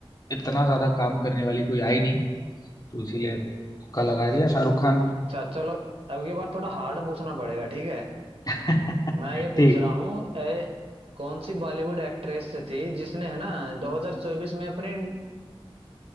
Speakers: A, on the left (about 40°); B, on the right (about 75°).
A: इतना ज्यादा काम करने वाली कोई आई नहीं तो इसीलिए तुक्का लगा दिया शाहरुख खान
B: अच्छा चलो अब की बार थोड़ा हार्ड पूछना पड़ेगा ठीक है
A: <laughs>
B: मैं ये पूछ
A: ठीक
B: रहा हूँ ए कौन सी बॉलीवुड एक्ट्रेस थी जिसने है ना 2024 में अपनी